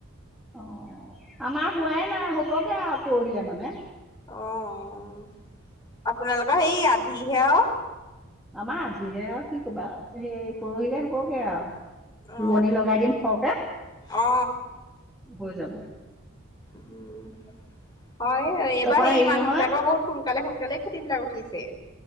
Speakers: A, in the centre; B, on the left.
A: অ', আমাৰ হোৱাই নাই হ'বগে আৰু পৰহিলে মানে।
B: অ', আপোনালোকৰ সেই আধিহে আৰু।
A: আমাৰ আধিহে আৰু কি কবা সেই পৰহিলে হ'বগে আৰু।
B: অ
A: ৰোৱনী লগাই দিম সৰহকে
B: অ অ
A: হৈ যাব।
B: উম, হয় এইবাৰ
A: তাৰপৰা
B: সেই
A: হেৰি
B: মানুহবিলাকৰ
A: নহয়
B: বহুত সোনকালে সোনকালে খেতিবিলাক উঠিছে।